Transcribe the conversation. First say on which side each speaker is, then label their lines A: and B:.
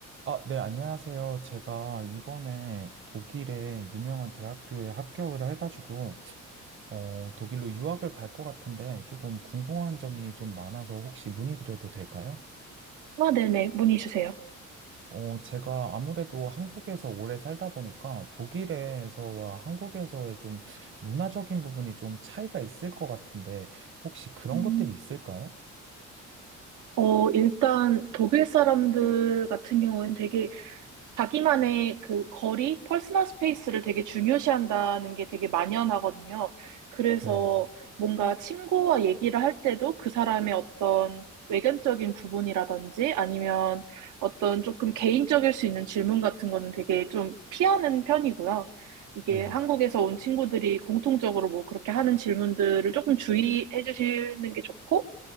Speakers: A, on the right (about 40°); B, on the right (about 80°).
A: 아, 네, 안녕하세요. 제가 이번에 독일의 유명한 대학교에 합격을 해가지고, 어, 독일로 유학을 갈 것 같은데 조금 궁금한 점이 좀 많아서 혹시 문의드려도 될까요?
B: 아, 네네. 문의 주세요.
A: 어, 제가 아무래도 한국에서 오래 살다 보니까 독일에서와 한국에서의 좀 문화적인 부분이 좀 차이가 있을 것 같은데 혹시 그런
B: 음,
A: 것들이 있을까요?
B: 어, 일단 독일 사람들 같은 경우는 되게 자기만의 그 거리, 퍼스널 스페이스를 되게 중요시한다는 게 되게 만연하거든요. 그래서
A: 네,
B: 뭔가 친구와 얘기를 할 때도 그 사람의 어떤 외견적인 부분이라든지 아니면 어떤 조금 개인적일 수 있는 질문 같은 거는 되게 좀 피하는 편이고요. 이게
A: 네,
B: 한국에서 온 친구들이 공통적으로 뭐 그렇게 하는 질문들을 조금 주의해 주시는 게 좋고,